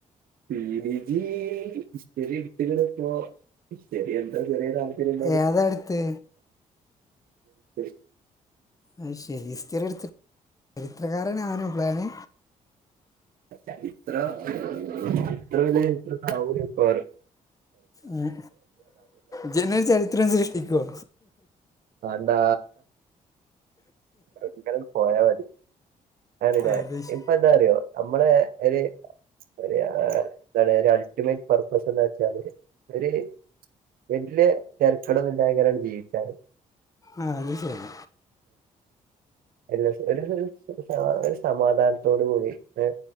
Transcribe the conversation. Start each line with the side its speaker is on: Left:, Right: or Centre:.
Right: പീ ജി ഇതു വരെ എടുത്തില്ലേടേ ഇപ്പോ ചെറിയ എന്തോ ചെറിയ
Left: ഏതാ എടുത്ത്
Right: <unintelligible>
Left: അത്ശരി ഹിസ്റ്ററി എടുത്ത് ചരിത്രകാരനാവാനോ പ്ലാന്
Right: ചരിത്ര <unintelligible>
Left: ഉം ജ് ന്നെ ചരിത്രം സൃഷ്ടിക്കുവോ.
Right: വാണ്ടാ ഇങ്ങനങ്ങ് പോയാ മതി. അതന്നെ
Left: അത് ശ-
Right: ഇപ്പന്താറിയോ അമ്മളെ ഒര് ഒരു. ആഹ് എന്താണ് ഒരു അൾട്ടിമേറ്റ് പർപ്പസ് ന്ന് വെച്ചാലൊരു ഒര് വെല്ലെ തെര്ക്കടന്നുല്ലാതങ്ങനട് ജീവിച്ച
Left: ആഹ് അത് ശരി.
Right: എൽ എസ് എന്റെടുത്തൊരു ആഹ് ഒരു സമാധാനത്തോട് കൂടി എ